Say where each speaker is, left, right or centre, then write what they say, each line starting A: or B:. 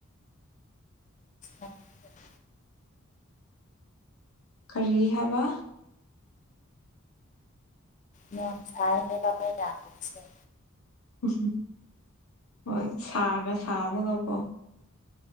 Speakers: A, on the left; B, on the left.
A: ꯑ <inaudible>
B: ꯀꯔꯤ ꯍꯥꯏꯕ
A: ꯃꯌꯥꯝ ꯁꯥꯏ ꯍꯥꯏꯕ ꯕꯝꯃꯩ ꯂꯥꯛꯇꯕꯁꯦ
B: ꯎꯍꯝ ꯍꯣꯏ ꯁꯥꯒ ꯁꯥꯕꯒꯀꯣ